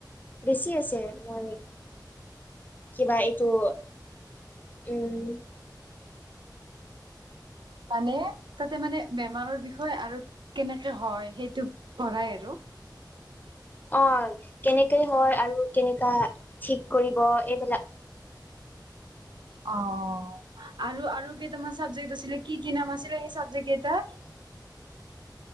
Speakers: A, on the left; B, on the right.
A: -বেছি আছে মই কিবা এইটো উম
B: মানে তাতে মানে বেমাৰৰ বিষয়ে আৰু কেনেকে হয় সেইটো পঢ়াই আৰু। <inaudible>
A: অহ, কেনেকে হয় আৰু কেনেকা ঠিক কৰিব এইবিলাক
B: অহ আৰু- আৰু কেইটামান চাবজেক্ট আছিলে কি- কি নাম আছিলে সেই চাবজেক্ট কেইটা?